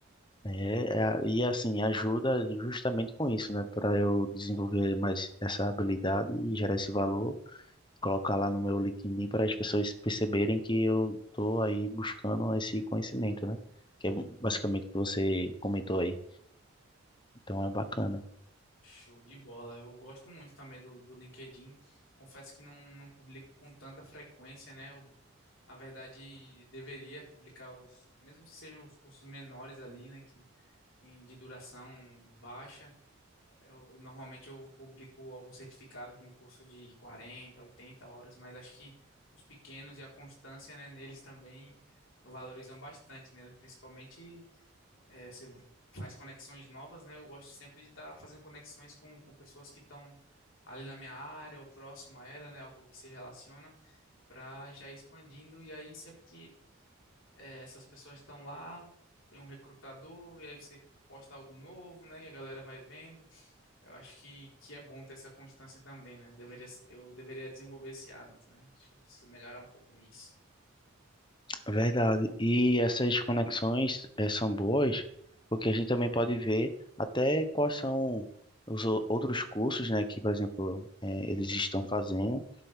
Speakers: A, on the left (about 20°); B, on the left (about 70°).
A: é, é- e assim ajuda justamente com isso, né, para eu desenvolver mais essa habilidade e gerar esse valor colocar lá no meu LinkedIn para as pessoas perceberem que eu estou aí buscando esse conhecimento, né? Que é basicamente o que você comentou aí. Então é bacana.
B: Show de bola. Eu gosto muito também do, do LinkedIn. Confesso que não, não publico com tanta frequência, né? Eu, na verdade, deveria publicar os, mesmo que sejam os cursos menores ali, né? Que em- de duração baixa. Eu, normalmente eu publico algum certificado de um curso de 40, 80 horas, mas acho que os pequenos e a constância, né, neles também valorizam bastante, né? Principalmente eh, você faz conexões novas, né? Eu gosto sempre de estar fazendo conexões com, com pessoas que estão ali na minha área ou próximo a ela, né? Algo que se relaciona para já ir expandindo e aí sempre que é, essas pessoas estão lá, tem um recrutador, e aí você posta algo novo, né? E a galera vai vendo. Eu acho que, que é bom ter essa constância também, né? Deveria, eu deveria desenvolver esse hábito, né? Acho que eu preciso melhorar um pouco nisso,
A: Verdade. E essas conexões eh, são boas porque a gente também pode ver até quais são os o- outros cursos, né, que, por exemplo, eh, eles estão fazendo,